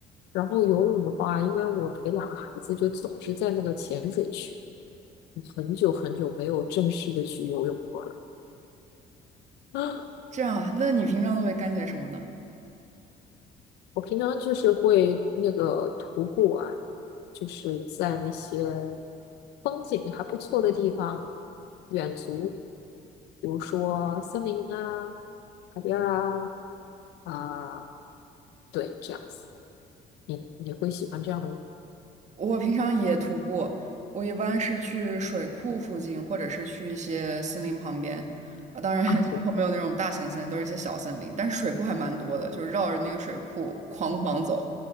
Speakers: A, on the left; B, on the right.
A: 然后游泳的话，因为我陪两个孩子，就总是在那个浅水区，我很久很久没有正式的去游泳过了。<gasps> 啊
B: 这样啊。那你平常都会干些什么呢？
A: 我平常就是会那个徒步啊，就是在那些风景还不错的地方远足。比如说森林啊、海边儿啊，啊、对，这样子，你你会喜欢这样的
B: 我平常也徒步，我一般是去水库附近，或者是去一些森林旁边。啊，当然，<laughs>
A: 啊？
B: 小坡没有那种大型森林，
A: 对，
B: 都是一些小森林。但是水库还蛮多的，就是绕着那个水库哐哐走，